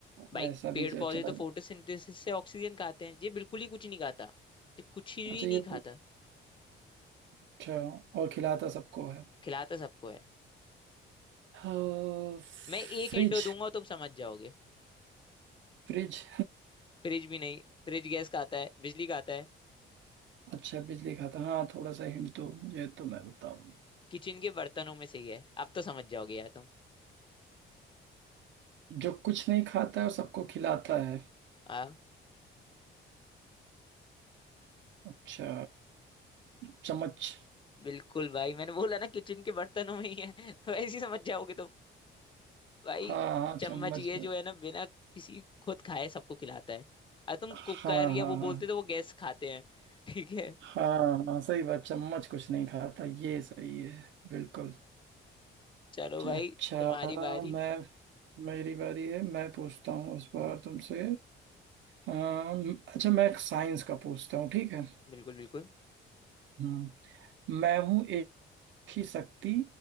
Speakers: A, on the left; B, on the right.
A: भाई
B: वैसा भी
A: पेड़
B: च-
A: पौधे
B: चला
A: तो फोटोसिंथेसिस से ऑक्सीजन खाते हैं ये बिल्कुल ही कुछ नहीं खाता ये कुछ भी
B: अच्छा
A: नहीं
B: ये
A: खाता
B: अच्छा और खिलाता सबको है
A: खिलाता सबको है
B: हाँ, फ्रिज
A: मैं एक हिंट दूंगा तुम समझ जाओगे
B: फ्रिज
A: फ्रिज भी नहीं फ्रिज गैस खाता है बिजली खाता है
B: अच्छा बिजली खाता हाँ थोड़ा सा हिंट दो मुझे तो मैं बताऊं
A: किचन के बर्तनों में से ही है अब तो समझ जाओगे यार तुम
B: जो कुछ नहीं खाता है और सबको खिलाता है
A: हाँ
B: अच्छा चम्मच
A: बिल्कुल भाई मैंने बोला ना किचन के बर्तनों में ही है <laughs> वैसे ही समझ जाओगे तुम। भाई
B: हाँ हाँ
A: चम्मच
B: चम्मच
A: ये जो है ना बिना किसी खुद खाए सबको खिलाता है अब तुम
B: हाँ
A: कुकर या
B: हाँ
A: वो
B: हाँ
A: बोलते तो वो गैस खाते हैं ठीक है
B: हाँ हाँ सही बात चम्मच कुछ नहीं खाता ये सही है बिल्कुल
A: चलो भाई
B: अच्छा
A: तुम्हारी बारी
B: मैं मेरी बारी है मैं पूछता हूँ इस बार तुमसे अम, अच्छा मैं एक साइंस का पूछता हूँ ठीक है
A: बिल्कुल बिल्कुल
B: हम्म मैं हूँ एक ही शक्ति